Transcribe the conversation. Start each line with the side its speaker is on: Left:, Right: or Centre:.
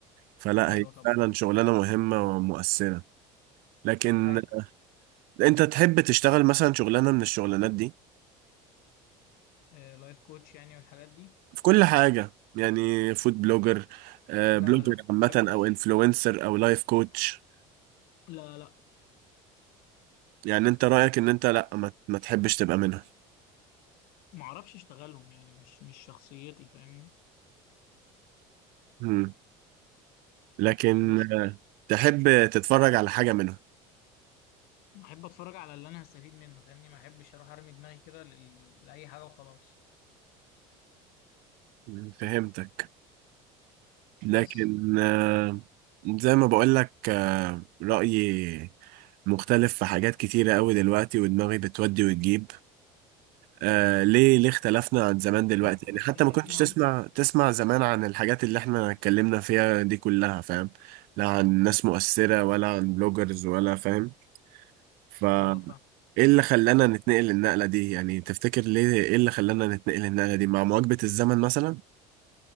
Right: فلا
Left: أيوه
Right: هي
Left: طبعا
Right: فعلا شغلانة مهمة ومؤثرة لكن
Left: أيوه
Right: أنت تحب تشتغل مثلا شغلانة من الشغلانات دي
Left: لايف كوتش يعني والحاجات دي
Right: في كل حاجة يعني فود بلوجر آه،
Left: لا
Right: بلوجر
Left: لا
Right: عامة
Left: ما بحبش
Right: أو انفلونسر أو لايف كوتش
Left: لا لا
Right: يعني انت رأيك ان انت لا ما, ما تحبش تبقى منهم
Left: ما اعرفش اشتغلهم يعني مش مش شخصيتي فاهمني
Right: مم. لكن
Left: بس
Right: تحب تتفرج على حاجة منهم
Left: احب اتفرج على اللي انا هستفيد منه فاهمني ما احبش اروح ارمي دماغي كده لل- لاي حاجه وخلاص
Right: مم، فهمتك لكن
Left: بس
Right: آه، زي ما بقول لك آه، رأيي مختلف في حاجات كتيرة قوي دلوقتي ودماغي بتودي وتجيب آه ليه ليه اختلفنا عن زمان دلوقتي
Left: احنا
Right: يعني
Left: اتكلمنا
Right: حتى ما كنتش تسمع
Left: اهو
Right: تسمع زمان عن الحاجات اللي احنا اتكلمنا فيها دي كلها فاهم لا عن ناس مؤثرة ولا عن بلوجرز ولا فاهم ف
Left: اه ف
Right: ايه اللي خلانا نتنقل النقلة دي يعني تفتكر ليه ايه اللي خلانا نتنقل النقلة دي مع مواكبة الزمن مثلا